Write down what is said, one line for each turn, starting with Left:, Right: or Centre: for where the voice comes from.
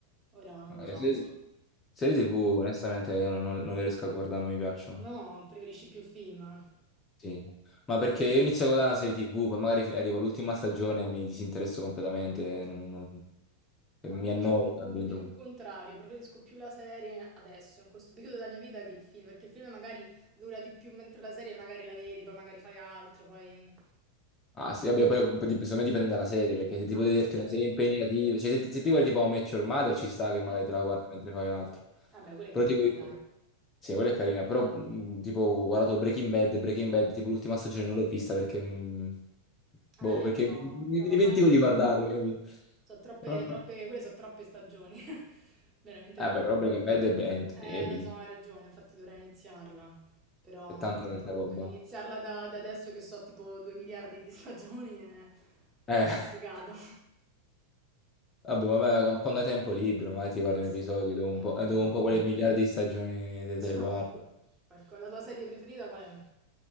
Right: Ora non
Left: No,
Right: lo so.
Left: le serie, serie TV, onestamente, io non, non- non le riesco a guardare, non mi piacciono.
Right: No, preferisci più il film?
Left: Sì, ma perché io inizio a guardare una serie TV, poi magari fi- arriva l'ultima stagione e mi disinteresso completamente,
Right: Mm.
Left: non- non- e
Right: Ah,
Left: mi
Right: invece
Left: annoia.
Right: è più,
Left: capito?
Right: più il contrario, preferisco più la serie adesso, in questo periodo della mia vita, che il film, perché il film magari dura di più, mentre la serie magari la vedi, poi magari fai altro, poi...
Left: Ah sì, vabbè, poi poi dip- secondo me dipende dalla serie, perché se ti
Right: Vabbè,
Left: puoi vederti
Right: sì, certo.
Left: una serie impegnativa, cioè se, ti se ti guardi tipo How I Met Your Mother ci sta che magari
Right: Mm.
Left: te la guardi mentre fai altro.
Right: Vabbè, quella è
Left: Però
Right: carina,
Left: tipo, io-
Right: dai.
Left: sì, quella è carina, però mh, tipo ho guardato Breaking Bad, Breaking Bad, tipo l'ultima stagione non l'ho vista perché mi,
Right: Eh,
Left: boh, perché
Right: io non l'ho
Left: mi, mi
Right: non l'ho
Left: dimentico
Right: mai iniziato.
Left: di guardarlo, capito?
Right: Sono troppe,
Left: No, no.
Right: troppe, quelle sono troppe stagioni, <laughs> veramente
Left: Eh
Right: troppe.
Left: beh, però Breaking Bad è, be-
Right: Eh,
Left: è bellissimo.
Right: lo so, hai ragione, infatti dovrei iniziarla, però
Left: È tanta
Right: sono
Left: tanta
Right: troppe.
Left: roba.
Right: Iniziarla da, da adesso che so tipo 2 miliardi di <laughs> stagioni è
Left: Eh,
Right: complicato.
Left: <laughs> vabbè, vabbè, quando hai tempo libero, magari
Right: <laughs>
Left: ti guardi
Right: Ma sì,
Left: un episodio dopo
Right: piano
Left: un po', eh,
Right: piano.
Left: dopo un po' quelle miliardi di stagioni te,
Right: Lo
Left: te
Right: so.
Left: le guardo.
Right: Qualco- La tua serie preferita qual è?